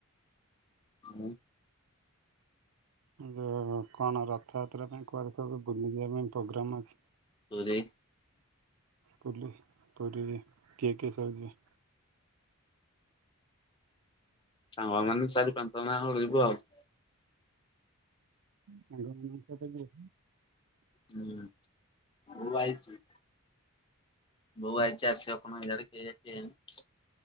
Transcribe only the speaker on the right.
ଯୋ କଣ ରଥଯାତ୍ରା ପାଇଁ କୁଆଡେ ସବୁ ବୁଲି ଯିବା ପାଇଁ ପୋଗ୍ରାମ ଅଛି?
ବୁଲି, ପୁରୀ କିଏ କିଏ ସବୁ ଯିବେ?
ସାଙ୍ଗ ମାନେ କେବେ ଯିବେ?